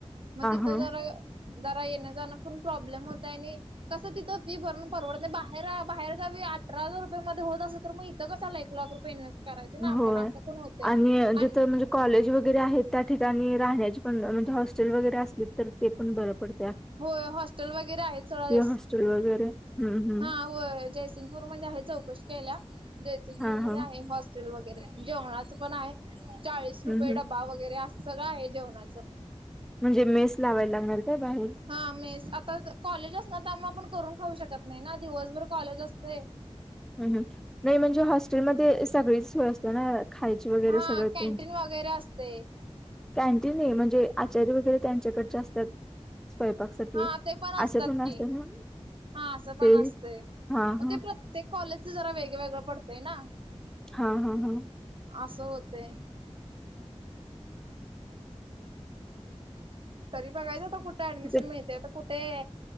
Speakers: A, on the right (about 50°); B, in the centre.
A: मग तिथं
B: हा हा
A: जरा जरा येणं जाणं पण प्रॉब्लेम होतय आणि कसं तिथं फी भरून परवडत नाही बा बाहेर बाहेर गावी अठरा हजार रुपय मध्ये होत असं तर मग इथ कशाला एक लाख रुपय इन्हेस्ट करायचे ना आपण
B: होय
A: असं पण होतय आणि
B: जिथं म्हणजे कॉलेज वगैरे आहेत त्या ठिकाणी राहण्याची पण म्हणजे हॉस्टेल वगैरे असली तर ते पण बरं पडत.
A: होय. हॉस्टेल वगैरे आहे सोडा जा
B: हॉस्टेल वगैरे हम्म हम्म
A: हा होय. जयसिंगपूर मध्ये आहे चौकशी केल्या. जयसिंगपूरमध्ये
B: हा हा
A: आहे हॉस <unintelligible> वगैरे जेवणाचं पण आहे. चाळीस
B: हम्म
A: रुपये
B: हम्म
A: डबा वगैरे, असं सगळं आहे जेवणाच.
B: म्हणजे, मेस लावायला लागणार काय बाहेर?
A: हा मेस आता कॉलेज असणार त्यामुळे, आपण करून खाऊ शकत नाही, ना दिवसभर कॉलेज असतयं.
B: ह ह नाही म्हणजे, हॉस्टेलमध्ये सगळीच सोय असत्या ना खायची वगैरे
A: हा
B: सगळं ते?
A: कॅन्टीन वगैरे असतयं.
B: कॅन्टीन नाही म्हणजे, आचारी वगैरे त्यांच्याकडचे असतात? स्वयंपाकसाठी
A: हा ते पण असतात,
B: असं
A: कि.
B: असतं ना
A: हा असं पण
B: ते
A: असतंय?
B: हा
A: मग
B: हा
A: ते प्रत्येक कॉलेजचं जरा वेगवेेगळं पडतंय ना.
B: हा हा हा.
A: असं होतेय. तरी बघायचं आता कुठे ऍडमिशन
B: तिथे
A: मिळतयं कुठे